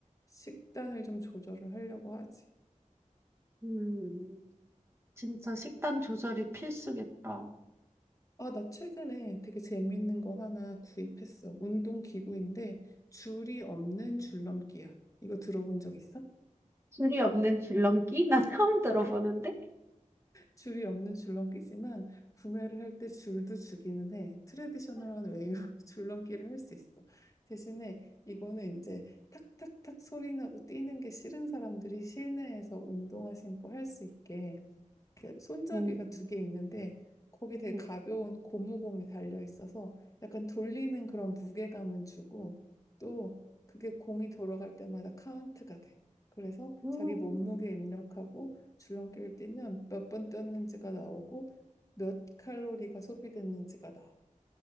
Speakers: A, on the left (about 25°); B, on the right (about 20°).
A: 식단을 좀 조절을 하려고 하지.
B: 음. 진짜 식단 조절이 필수겠다.
A: 아, 나 최근에 되게 재밌는 거 하나 구입했어. 운동 기구인데 줄이 없는 줄넘기야. 이거 들어본 적 있어?
B: 줄이 없는 줄넘기? <laughs> 나 처음 들어보는데?
A: 줄이 없는 줄넘기지만 구매를 할 때 줄도 주기는 해. 트레디셔널한 웨이로 <laughs> 줄넘기를 할 수 있어. 대신에 이거는 이제 탁탁탁 소리 나고 뛰는 게 싫은 사람들이 실내에서 운동화 신고 할 수 있게 이렇게 손잡이가
B: 음,
A: 두 개 있는데 거기 되게
B: 음,
A: 가벼운 고무공이 달려 있어서 약간 돌리는 그런 무게감은 주고 또 그게 공이 돌아갈 때마다 카운트가 돼. 그래서
B: 음,
A: 자기 몸무게 입력하고 줄넘기를 뛰면 몇 번 뛰었는지가 나오고 몇 칼로리가 소비됐는지가 나와.